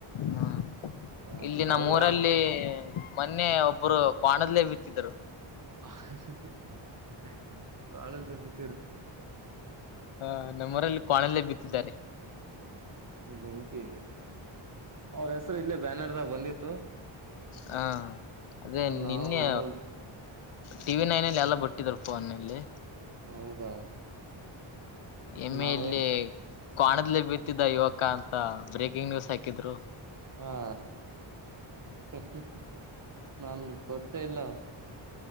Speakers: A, on the left; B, on the right.
A: ಹಾ
B: ಹ
A: ಇಲ್ಲಿ ನಮ್ಮೂರಲ್ಲಿ
B: ಅವ್ರಗ.
A: ಮೊನ್ನೆ ಒಬ್ಬರು ಕ್ವಾಣದಲ್ಲೇ ಬಿತ್ತಿದರು.
B: <unintelligible> ಕ್ವಾಣದಲ್ಲಿ ಬೀತ್
A: ಹ ನಮ್ಮರಲ್ಲಿ ಕ್ವಾಣಲ್ಲೇ ಬಿತ್ತಿದ್ದಾರೆ.
B: ಬೆಂಕಿ ಅವ್ರ ಹೆಸರು ಇಲ್ಲೇ ಬ್ಯಾನರ್ದಾಗ ಬಂದಿತ್ತು.
A: ಹಾ ಅದೇ
B: ನಾವ
A: ನಿನ್ನೆ.
B: ನೋ
A: ಟಿವಿನೈನಲ್ಲಿ ಎಲ್ಲ ಬಿಟ್ಟಿದರು ಫೋನಲ್ಲಿ.
B: ಹೌದಾ
A: ಎಮ್ಮೆ
B: ನಾವೇನ್
A: ಇಲ್ಲಿ. ಕ್ವಾಣದ್ಲೈ ಬಿತ್ತಿದ್ದ ಯುವಕ ಅಂತ ಬ್ರೇಕಿಂಗ್ ನ್ಯೂಸ್ ಹಾಕಿದ್ರು.
B: ಹಾ <unintelligible> ನನ್ ಗೊತ್ತೆ ಇಲ್ಲ